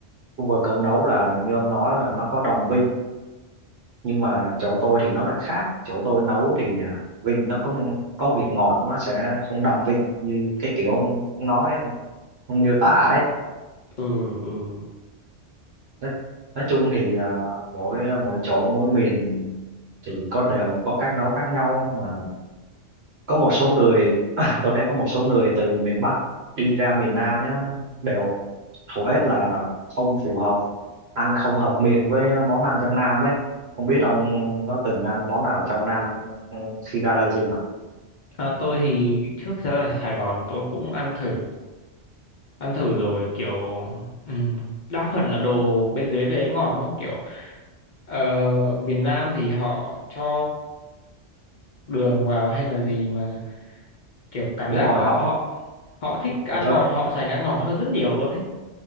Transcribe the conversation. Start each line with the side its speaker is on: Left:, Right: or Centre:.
Right: khu vực ông nấu là như ông nói là nó có đồng vị nhưng mà chỗ tôi thì nó lại khác chỗ tôi nấu thì à, vị nó có có vị ngọt nó sẽ không đậm vị như cái kiểu ông nói ông, ông miêu tả ấy.
Left: ừ, ừ.
Right: Nói, nói chung thì à, mỗi à, mỗi chỗ mỗi miền thì có đều có cách nấu khác nhau mà có một số người <clears throat> tôi thấy có một số người từ miền Bắc đi ra miền Nam nhá đều hầu hết là không phù hợp ăn không hợp miệng với món ăn trong Nam ấy không biết ông có từng ăn món nào trong Nam ừ, khi ra đây chưa nhỉ
Left: À, tôi thì trước giờ ở Sài Gòn tôi cũng ăn thử ăn thử rồi kiểu ừ, đa phần là đồ bên dưới đấy ngọt đúng không kiểu ờ, miền Nam thì họ cho đường vào hay là gì mà kiểu cảm
Right: đúng
Left: giác
Right: rồi
Left: họ
Right: họ
Left: họ họ thích ăn
Right: họ cho
Left: ngọt họ sành ăn ngọt hơn rất nhiều luôn ấy